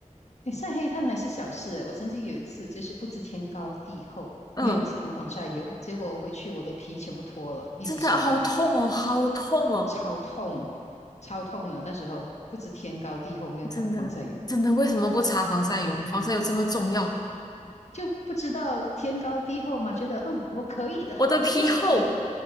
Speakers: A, on the left; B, on the left.
A: 诶晒黑炭还是小事我曾经有一次就是不知天高地厚，
B: 嗯，
A: 没有涂防晒油，结果我回去我的皮全部脱了，一级烧伤，
B: 真的好痛哦，好痛哦，
A: 超痛，超痛了。那时候不知天高地厚，没有涂防晒油，
B: 真的，真的，为什么不擦防晒油？防晒油这么重要？
A: 就不知道天高地厚嘛，觉得嗯我可以的，
B: 我的皮厚，
A: 没问题。